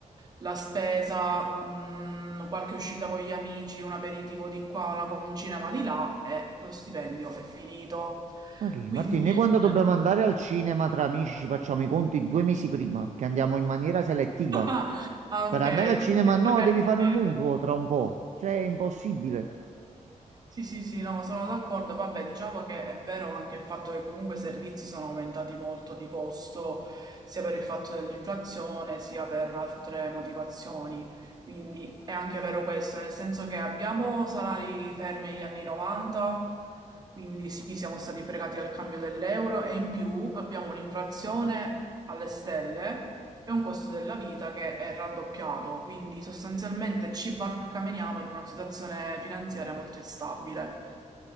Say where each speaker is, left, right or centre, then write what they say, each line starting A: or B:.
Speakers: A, on the right (about 30°); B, on the right (about 65°).
A: la spesa, mh, qualche uscita con gli amici, un aperitivo di qua, una- un cinema di là e lo stipendio è finito.
B: Ma che,
A: Quindi
B: Martino,
A: <laughs>
B: noi quando
A: già
B: dobbiamo andare al cinema tra amici ci facciamo i conti due mesi prima, che andiamo in maniera selettiva.
A: ah ah,
B: Per
A: okay,
B: andare al
A: quindi
B: cinema
A: siete
B: no,
A: organizzati.
B: devi fare un mutuo tra un po'. Cioè, è impossibile.
A: Sì, sì, sì, no, sono d'accordo. Vabbè, diciamo che è vero anche il fatto che comunque i servizi sono aumentati molto di costo, sia per il fatto dell'inflazione, sia per altre motivazioni. Quindi è anche vero questo, nel senso che abbiamo salari fermi agli anni 90 Quindi sì, siamo stati fregati al cambio dell'euro e in più abbiamo un'inflazione alle stelle e un costo della vita che è raddoppiato, quindi sostanzialmente ci barcameniamo in una situazione finanziaria molto instabile.